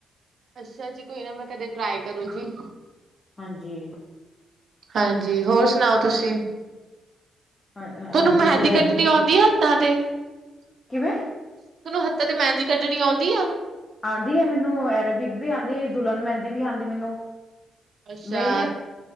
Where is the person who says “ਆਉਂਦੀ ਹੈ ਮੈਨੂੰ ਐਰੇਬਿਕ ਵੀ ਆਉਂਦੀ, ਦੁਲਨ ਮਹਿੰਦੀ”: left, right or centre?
Left